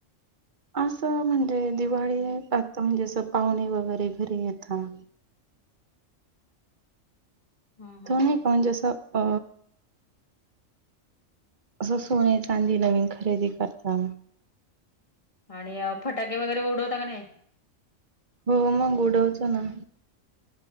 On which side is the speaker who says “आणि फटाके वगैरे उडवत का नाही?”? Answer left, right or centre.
Left